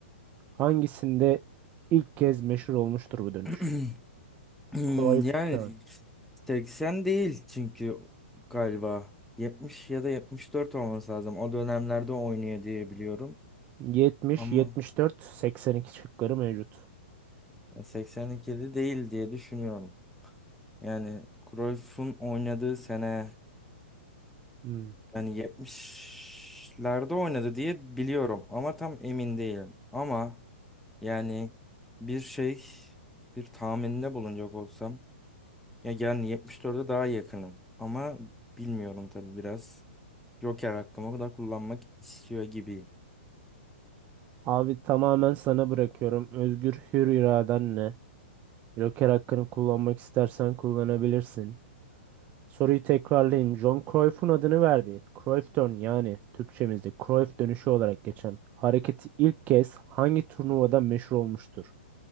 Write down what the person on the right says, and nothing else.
Hangisinde ilk kez meşhur olmuştur bu dönüş?
Cruyff
Turn.
70,
74, 82 şıkları mevcut.
Hmm.
Abi tamamen sana bırakıyorum. Özgür hür iraden ne? Joker hakkını kullanmak istersen kullanabilirsin. Soruyu tekrarlayayım. John Cruyff'un adını verdiği Cruyff Turn yani Türkçemizde Cruyff dönüşü olarak geçen hareketi ilk kez hangi turnuvada meşhur olmuştur?